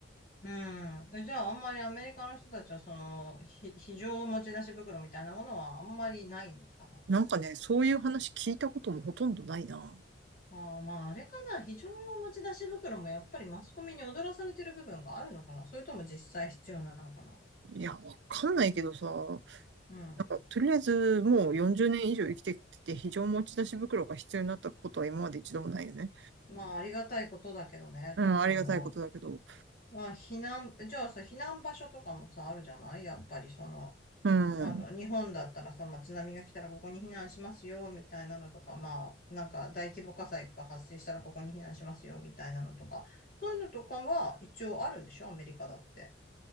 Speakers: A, on the left (about 50°); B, on the right (about 70°).
A: うん。えじゃあ、あんまりアメリカの人たちは、その、ひ、非常持ち出し袋みたいなものはあんまりないのかな。
B: なんかね、そういう話聞いたこともほとんどないな。
A: ああ、まあ、あれかな。非常用持ち出し袋もやっぱりマスコミに踊らされてる部分があるのかな。それとも実際必要なのかな。
B: いや、わかんないけどさ、なん
A: うん。
B: かとりあえずもう40年以上生きてきて非常持ち出し袋が必要になったことは今まで一度もないよね。
A: まあ、ありがたいことだけどね、
B: うん、
A: とっても。
B: ありがたいことだけど。
A: まあ、避難、じゃあさ、避難場所とかもさ、あるじゃないやっぱり、その、
B: うん、
A: あの、
B: わ
A: 日本だったらさ、まあ、津波が来たらここに避難しますよ、みたいなのとか、まあ、なんか大規模火災が発生したらここに避難しますよ、みたいなのとか、そういうのとかは一応あるんでしょアメリカだって。